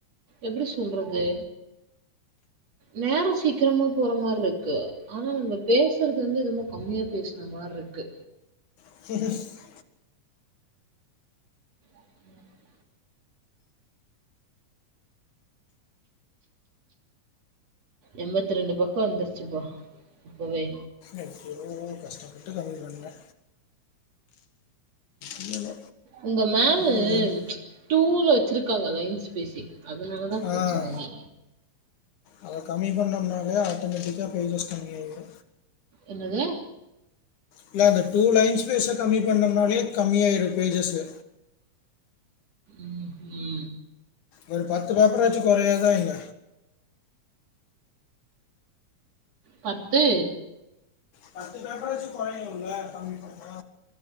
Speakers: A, on the right; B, on the left.
A: எப்டி சொல்றது நேரோ சீக்கிரமா போற மாரி இருக்கு ஆனா நம்ம பேசுறது வந்து என்னுமோ கம்மியா பேசுன மாரிருக்கு
B: <unintelligible>
A: உம் <inaudible> எண்பத்ரெண்டு பக்கோ வந்துருச்சுப்பா இப்பவே
B: அய்யோ கஷ்டப்பட்டு கம்மி பண்ணே இல்லல்ல.
A: உங்க மேமு
B: இது ஒரு எண்.
A: டூல் வச்சுருக்காங்ள லைன்ஸ் பேஸி அதனால தா பிரச்சனையே
B: ஆ. அத கம்மி பண்ணோம்னாலே ஆட்டோமேட்டிக்காக பேஜஸ் கம்மியாயிடு
A: என்னது
B: இல்ல அந்த டூ லைன்ஸ் ஸ்பேச கம்மி பண்ணம்னாலே கம்மியாயிரு பேஜஸ்சு
A: ம் ம்
B: ஒரு பத்து பேப்பர் ஆச்சு குறையாதா என்ன
A: பத்து
B: பத்து பேப்பராச்சு குறையுல்ல கம்மி பண்ணா